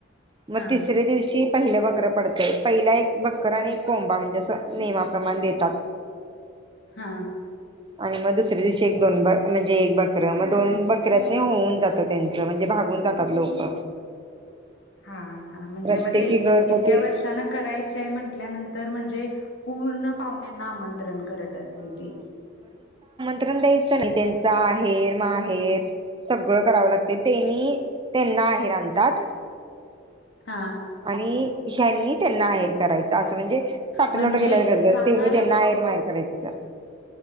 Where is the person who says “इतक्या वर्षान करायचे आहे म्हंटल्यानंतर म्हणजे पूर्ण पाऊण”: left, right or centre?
Left